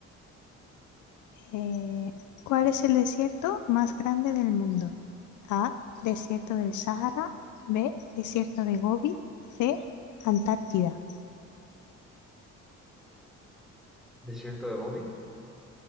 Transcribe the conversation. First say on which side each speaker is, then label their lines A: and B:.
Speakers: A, on the left (about 80°); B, in the centre.
A: Eh, ¿cuál es el desierto más grande del mundo? A, desierto del Sahara. B, desierto de Gobi. C, Antártida.
B: ¿Desierto de Gobi?